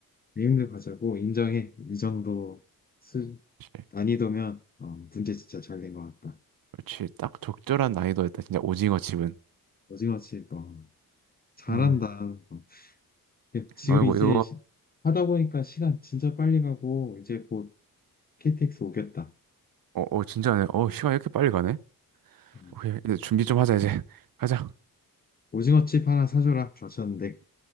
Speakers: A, on the left (about 25°); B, on the right (about 65°).
A: 내용들 가제고 인정해. 이 정도 수,
B: 그렇지.
A: 난이도면 어, 문제 진짜 잘 낸 것 같다.
B: 그렇지. 딱 적절한 난이도였다. 진짜 오징어칩은.
A: 오징어 칩, 어, 잘한다.
B: 음.
A: 어. 예, 지금
B: 아이고
A: 이제
B: 이거
A: 시- 하다 보니까 시간 진짜 빨리 가고 이제 곧 KTX 오겠다.
B: 어, 어, 진짜네. 어, 시간 이렇게 빨리 가네?
A: 어,
B: 오케이, 이제 준비 좀 하자, 이제. <laughs> 가자.
A: 오징어 칩 하나 사줘라. 그러셨는데